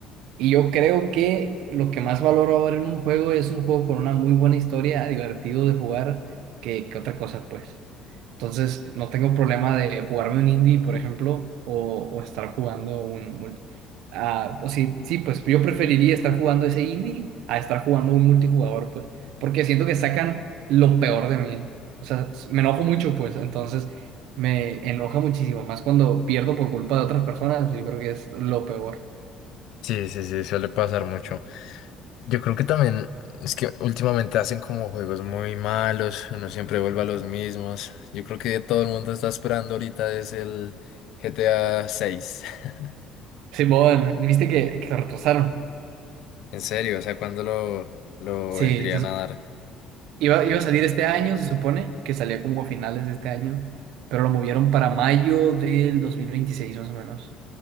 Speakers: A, on the right; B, on the left.
A: Y yo creo que lo que más valoro ahora en un juego es un juego con una muy buena historia, divertido de jugar, que, que otra cosa, pues. Entonces, no tengo problema de jugarme un indie, por ejemplo, o, o estar jugando un... mul- ah, o sí, sí, pues yo preferiría estar jugando ese indie a estar jugando un multijugador, pues, porque siento que sacan lo peor de mí. O sea, s- me enojo mucho, pues, entonces me enoja muchísimo, más cuando pierdo por culpa de otras personas, yo creo que es lo peor.
B: Sí, sí, sí, suele pasar mucho. Yo creo que también es que últimamente hacen como juegos muy malos, uno siempre vuelve a los mismos. Yo creo que todo el mundo está esperando ahorita es el GTA seis <laughs>
A: Simón, ¿viste que, que se retrasaron?
B: En serio, o sea, ¿cuándo lo, lo
A: Sí,
B: vendrían a dar?
A: Iba, iba a salir este año, se supone, que salía como a finales de este año, pero lo movieron para mayo del 2026 más o menos.